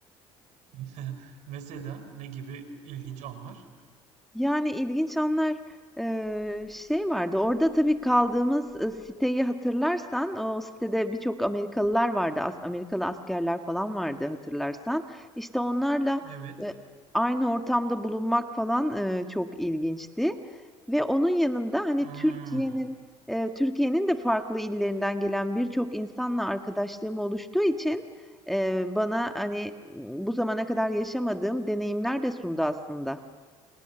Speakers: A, on the right; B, in the centre.
A: <laughs> Mesela ne gibi ilginç anlar?
B: Yani, ilginç anlar. Eee, şey vardı, orada tabii kaldığımız, ııı, siteyi hatırlarsan, o sitede birçok Amerikalılar vardı. As Amerikalı askerler falan vardı hatırlarsan. İşte, onlarla,
A: Evet.
B: eee, aynı ortamda bulunmak falan, eee, çok ilginçti ve onun yanında, hani,
A: Hmm.
B: Türkiye'nin, eee, Türkiye'nin de farklı illerinden gelen birçok insanla arkadaşlığım oluştuğu için, eee, bana, hani, bu zamana kadar yaşamadığım deneyimler de sundu aslında.